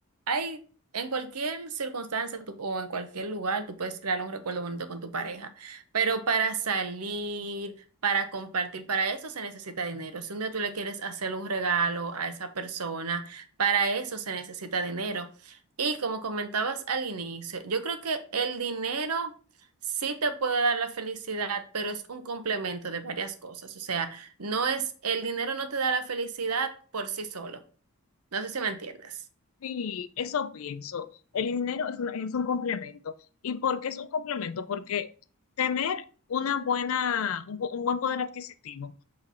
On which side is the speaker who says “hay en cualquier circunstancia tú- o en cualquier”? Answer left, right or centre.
Right